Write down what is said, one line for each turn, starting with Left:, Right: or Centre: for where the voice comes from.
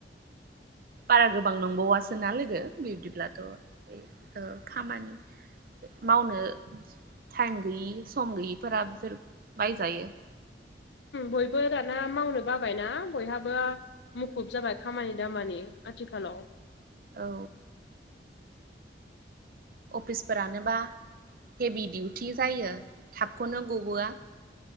Right: बारा गोबां नंबावासो ना लोगो बिबदिब्लाथ' उम ओ खामानि मावनो टाइम गैयि सम गैयिफोरा बेफोर बायजायो
Left: बयबो दाना मावनो बाबायना बयहाबो मुखुब जाबाय खामानि दामानि आथिखालाव
Right: औ अफिसफोरानोबा हेभि डिउटि जायो थाबखौनो गबोआ